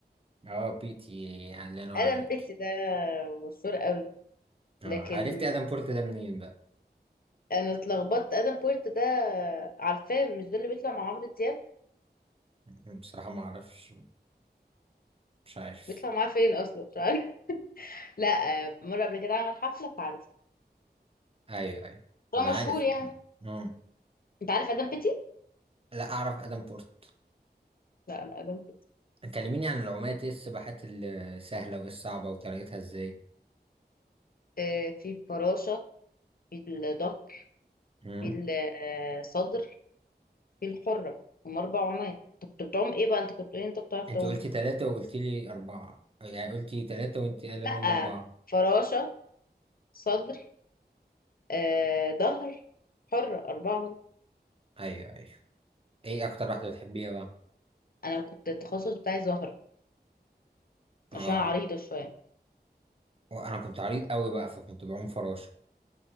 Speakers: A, on the right; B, on the left.
A: اه بيتي يعني الله ينور
B: آدم
A: عليك
B: بيتي ده مشهور قوي
A: اه
B: لكن
A: عرفت ادم بورت ده منين بقى
B: انا اتلخبطت ادم بورت ده عارفاه مش ده اللي بيطلع مع عمرو دياب
A: مم، بصراحة ما اعرفش مش عارف
B: بيطلع معاه فين اصلا مش عارف <laughs> لا آه، مره قبل كده عمل حفله فعارف
A: ايوه ايوه ما
B: هو
A: انا
B: مشهور
A: عارف
B: يعني
A: امم
B: انت عارف ادم بيتي
A: لا اعرف ادم بورت
B: لا انا ادم بيتي
A: كلميني عن العومات ايه السباحات السهلة وايه الصعبة وطريقتها ازاي
B: آه، في الفراشه في الظهر
A: امم
B: في الصدر في الحره هم اربع عمال انت كنت بتعوم ايه بقى انت كنت بتقول انت بتعرف
A: انت
B: تعوم
A: قلتي ثلاثة وقلتي لي أربعة يعني قلتي ثلاثة وانت قال انهم
B: لا
A: أربعة
B: فراشه صدر آه، ظهر حره اربعه
A: ايوه ايوه ايه اكتر واحده بتحبيها بقى
B: انا كنت التخصص بتاعي ظهر
A: اه
B: عشان أنا عريضه شويه
A: وانا كنت عريض قوي بقى فكنت بعوم فراشه